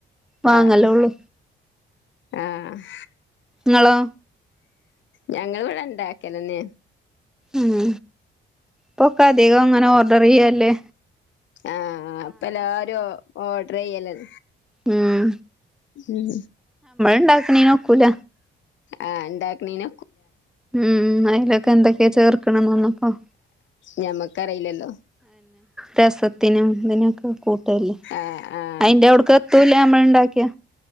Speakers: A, in the centre; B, on the left.
A: വാങ്ങലൊള്ളു
B: ആഹ് ആഹ്
A: ഇങ്ങളോ
B: ഞങ്ങളിവിടെ ഇണ്ടാക്കലന്നേ
A: ഉം പൊക്കധ് ധികോം അങ്ങനെ ഓർഡറെയ്യല്ലേ
B: ആഹ് അപ്പ എല്ലാരും ഓ ഓഡ് ഡ്റെയ്യലൻ
A: ഉം
B: ഉം
A: ഉണ്ടാക്കണേ നോക്കൂല
B: ആ എന്താക്കനീന
A: ഉം അയിലൊക്കെ എന്തക്കെയ ചേർക്ക കക്കണം വന്നപ്പം
B: ഞമ്മക്കറിയില്ലല്ലോ
A: രസത്തിനും ഇതിനൊക്കെ കൂ ല്ലേ
B: ആഹ് ആഹ്
A: അയിന്റെ അവിടുക്ക തുലാമേണ്ടാക്യാ